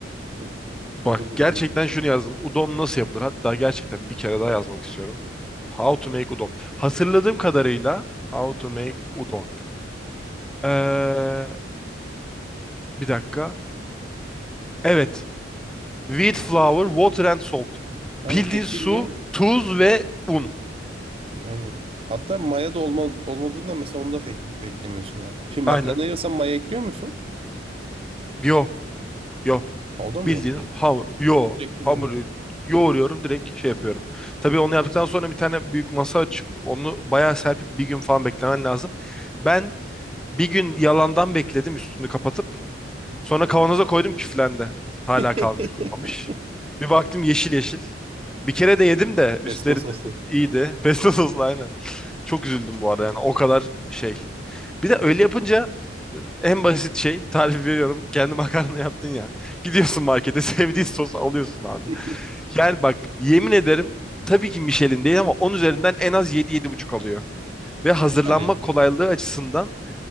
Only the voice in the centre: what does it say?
Bak
gerçekten şunu yazdım. Udon nasıl yapılır? Hatta gerçekten bir kere daha yazmak istiyorum. How to make udon. Hatırladığım kadarıyla how to make udon. Ee, bir dakika. Evet. Wheat flour, water and salt.
Bildiğin
su,
tuz ve un.
Aynen.
Yo, yo.
Bildiğin
ham, yo.
Hamuru
yoğuruyorum direkt şey yapıyorum. Tabii onu yaptıktan sonra bir tane büyük masa açıp onu bayağı serpip bir gün falan beklemen lazım. Ben bir gün yalandan bekledim üstünü kapatıp. Sonra kavanoza koydum küflendi. Hala
kalmış kurumamış. Bir baktım yeşil yeşil. Bir kere de yedim de üstleri
de- iyiydi. <laughs> Pesto soslu aynen. Çok üzüldüm bu arada yani o kadar şey. Bir de öyle yapınca e, en basit şey tarif veriyorum. Kendi makarna yaptın ya. Gidiyorsun markete <laughs> sevdiğin sos alıyorsun abi.
Yani bak yemin ederim tabii ki Michelin değil ama 10 üzerinden en az yedi yedi buçuk alıyor. Ve hazırlanma
kolaylığı açısından